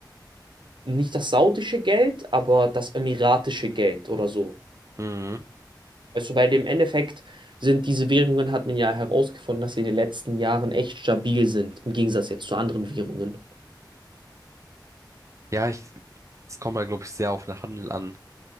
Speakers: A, on the right; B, on the right.
A: nicht das saudische Geld, aber das emiratische Geld oder so.
B: Mhm.
A: Also bei dem Endeffekt sind diese Währungen, hat man ja herausgefunden, dass sie in den letzten Jahren echt stabil sind, im Gegensatz jetzt zu anderen Währungen.
B: Ja, ich, es kommt halt, glaube ich, sehr auf den Handel an.